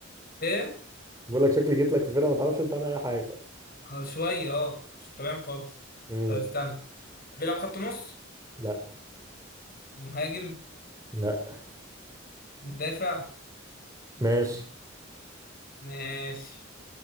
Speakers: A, on the left; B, on the right.
A: ايه
B: بقول لك شكلي جيت لك في فرقة ما تعرفش انت عنها اي حاجة
A: آه شويه اه مش تمام خالص
B: امم
A: طب استنى بيلعب خط نص
B: لا
A: مهاجم
B: لا
A: مدافع
B: ماشي
A: ماشي